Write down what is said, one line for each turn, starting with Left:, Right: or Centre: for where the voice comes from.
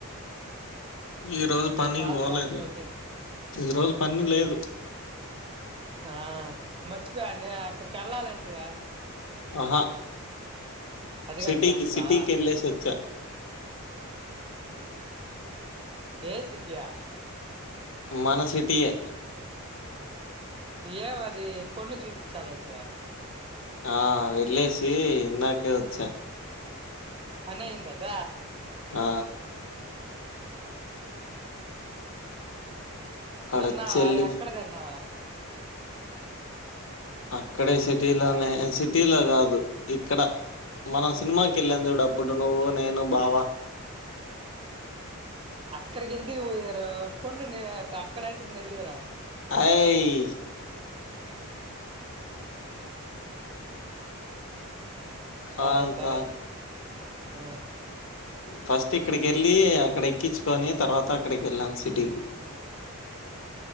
Left: ఈ రోజు
Right: నీ
Left: పనికి
Right: కాల్
Left: పోలేదు
Right: కోసం వెయిటింగ్
Left: ఈ రోజు పని లేదు
Right: ఆ మర్చిపోయానే అక్కడికి వెళ్ళాలంటివే
Left: ఆహా
Right: అదిగాని
Left: సిటీకి
Right: క్యాన్సలా
Left: సిటీకి వెళ్ళేసి వచ్చా
Right: వేరే సిటీ యా
Left: మన సిటీ యే
Right: ఏంమది పొన్ను చూపించాలంటే
Left: ఆ వెళ్ళేసి ఇందాకే వచ్చా
Right: పనైందాద
Left: అ అక్కడొచ్చెళ్ళి
Right: తిన్నావా ఎక్కడ తిన్నావా
Left: అక్కడే
Right: లేదు
Left: సిటీలోనే సిటీలో కాదు ఇక్కడ మనం సినిమాకి కేళ్ళాం చూడు అప్పుడు నువ్వు నేను బావా
Right: అక్కడికి ఎందుకు పోయారు పొండినే అక్కడంట్రి నెల్లూర
Left: అయి కాదు
Right: సరే సరే
Left: కాదు
Right: ఆ
Left: ఫస్ట్ ఇక్కడికి వెళ్ళి అక్కడ ఎక్కించుకొని తర్వాత అక్కడికి వెళ్ళాం సిటీకి